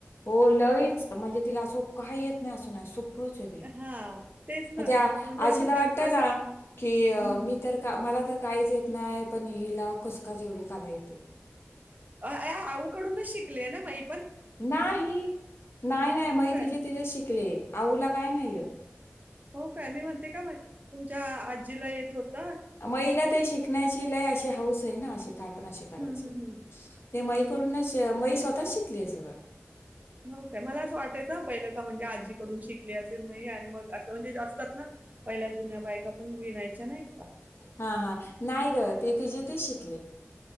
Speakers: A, on the left; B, on the right.
A: हो लईच. म्हणजे तिला असो काही येत नाही असं नाही. खरंच बाई
B: हां, तेच ना.
A: त्या
B: म्हणजे
A: आजीला
B: असं त्यांचं
A: वाटत
B: असं
A: ना की
B: हं.
A: मी तर का मला तर काहीच येत नाही पण हिलाव कसकाय एवढे कला येते.
B: अ आ आऊकडूनच शिकलेय ना मई.
A: नाही नाही नाही
B: हो
A: मई
B: काय?
A: तिचेे तिचे शिकले आऊला काय नाही येत.
B: हो काय मी म्हणते का म्हण तुमच्या आजीला येत होत.
A: मई ते शिकण्याची लय अशी हाऊस. दे ना अस काय पण असे करायचे.
B: हं, हं, हं.
A: ते मईकडूनच मई स्वतःच शिकलीय सगळं.
B: हो काय मला असं वाटायचं पहिलं का म्हणजे मला मला आस वाटलं आजीकडून शिकले असेल मई आणि मग असं म्हणजे असतात ना पहिल्या जुन्या बायका पण विनायच्या नाही. का?
A: हा हा नाही ग ते तिची ते शिकले.